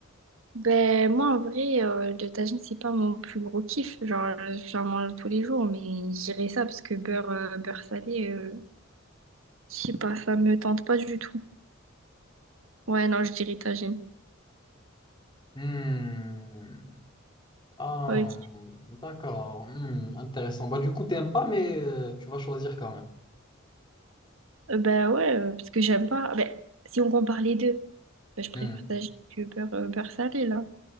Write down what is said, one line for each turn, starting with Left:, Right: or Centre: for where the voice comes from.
Right: Ben moi, en vrai, euh, le tagine, c'est pas mon plus gros kiff. Genre, j'en mange tous les jours, mais je dirais ça parce que beurre, euh, beurre salé, euh, je sais pas, ça me tente pas du tout. Ouais, non, je dirais tagine.
Left: Hmm. Ah,
Right: Ok.
Left: d'accord. Hmm, Intéressant. Bah, du coup, t'aimes pas, mais euh, tu vas choisir quand
Right: Euh, ben ouais, euh, parce que j'aime pas. Ben, si on compare les deux, ben, je préfère
Left: même. Hmm.
Right: tagine que beurre, euh, beurre salé, là.